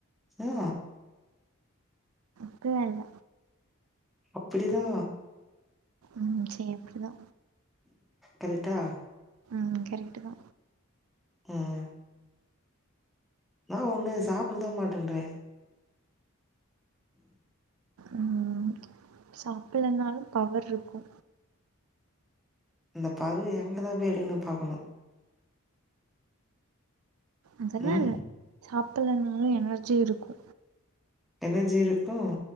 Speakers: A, in the centre; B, on the right (about 85°).
A: ஆ
B: அப்பில்லா இல்ல
A: அப்டிதா
B: ம் செ அப்டிதா
A: கரெக்டா
B: ம் கரெக்டுதா
A: ம் இன்னா ஒன்னு சாப்புட தா மாட்டேன்ற
B: ம் சாப்புலாலனாலும் பவர் இருக்கு
A: இந்த பருவ எங்கதா போய் எடுக்கணு பாக்கணு
B: அதெல்லா
A: ம்
B: இல்ல சாப்பலனாலு எனர்ஜி இருக்கு
A: எனர்ஜி இருக்கு